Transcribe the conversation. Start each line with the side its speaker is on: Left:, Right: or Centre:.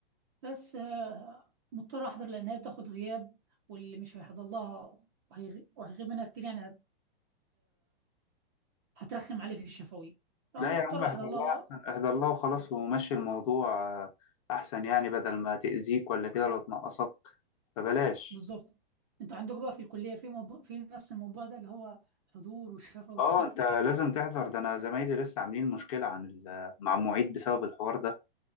Right: بس آه، مضطر احضر لان هي بتاخد غياب واللي مش هيحضر لها وهيغ- وهيغيب منها كتير يعني هت... هترخم عليه في الشفوي فمضطر
Left: لا يا عم احذر
Right: احضر لها
Left: الله
Right: بقى
Left: احسن احذر الله وخلاص ومشي الموضوع آه، احسن يعني بدل ما تأذيك ولا كده ولا تنقصك فبلاش
Right: بالظبط انتوا عندكم بقى في الكليه في موضوع في نفس الموضوع ده اللي هو حضور والشفوي
Left: اه
Right: وكده
Left: انت لازم تحذر ده انا زمايلي لسه عاملين مشكلة عن ال- مع المعيد بسبب الحوار ده